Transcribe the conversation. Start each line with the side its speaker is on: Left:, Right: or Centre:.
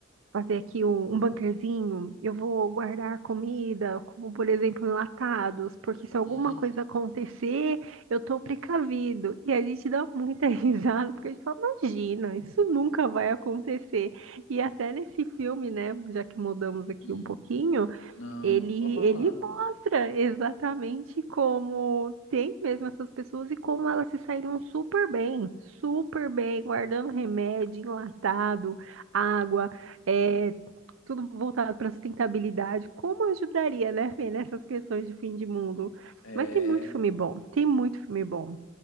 Right: fazer aqui um, um bunkerzinho, eu vou guardar comida, como por exemplo enlatados, porque se alguma
Left: Hum,
Right: coisa acontecer, eu tô precavido. E a gente dá muita <laughs> risada, porque a gente fala, imagina, isso nunca vai acontecer. E até nesse filme, né, já que mudamos aqui
Left: hum,
Right: um pouquinho,
Left: não,
Right: ele,
Left: pode falar.
Right: ele mostra exatamente como tem mesmo essas pessoas e como elas se saíram super bem, super bem, guardando remédio, enlatado, água, é, tudo voltado para sustentabilidade. Como ajudaria, né, Fê, nessas questões de fim de mundo?
Left: É,
Right: Mas tem muito filme bom. Tem muito filme bom.